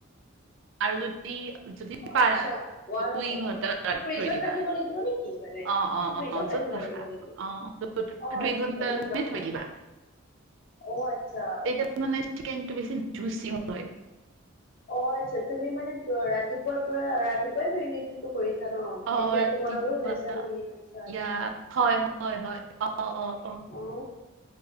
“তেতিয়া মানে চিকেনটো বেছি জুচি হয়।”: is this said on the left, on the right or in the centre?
Right